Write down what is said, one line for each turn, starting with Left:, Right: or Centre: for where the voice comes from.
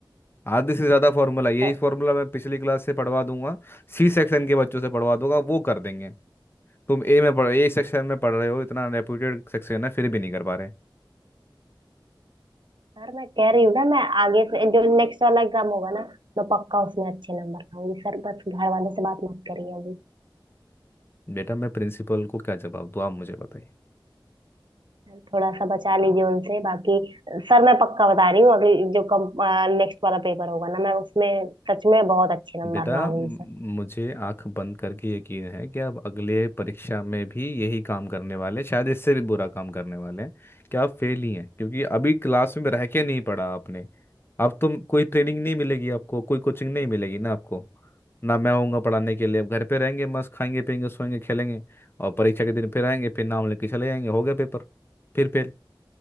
Left: आधे से ज्यादा फार्मूला यही
Right: था
Left: फार्मूला मैं पिछली क्लास से पढ़वा दूंगा सी सेक्शन के बच्चों से पढ़वा दूंगा वो कर देंगे तुम ए में पढ़ ए सेक्शन में पढ़ रहे हो इतना रेप्यूटेड सेक्शन है फिर भी नहीं कर पा रहे
Right: यार मैं कह रही हूँ ना मैं आगे से जो नेक्स्ट वाला एग्जाम होगा ना मैं पक्का उसमें अच्छे नंबर लाऊंगी सर बस घर वालों से बात मत करिए अभी
Left: बेटा मैं प्रिंसिपल को क्या जवाब दूँ आप मुझे बताइए
Right: सर, थोड़ा सा बचा लीजिए उनसे बाकी सर मैं पक्का बता रही हूँ अभी जो कम नेक्स्ट वाला पेपर होगा ना मैं उसमें सच में बहुत अच्छे नंबर
Left: बेटा
Right: लाऊंगी
Left: म-
Right: सर
Left: मुझे आंख बंद करके यकीन है कि आप अगले परीक्षा में भी यही काम करने वाले हैं शायद इससे भी बुरा काम करने वाले हैं कि आप फेल ही हैं क्योंकि अभी क्लास में रह के नहीं पढ़ा आपने अब तो कोई ट्रेनिंग नहीं मिलेगी आपको कोई कोचिंग नहीं मिलेगी ना आपको ना मैं होऊंगा पढ़ाने के लिए अब घर पे रहेंगे मस्त खाएंगे पियेंगे सोएंगे खेलेंगे और परीक्षा के दिन फिर आएंगे फिर नाम लेके चले जाएंगे हो गया पेपर फिर फेल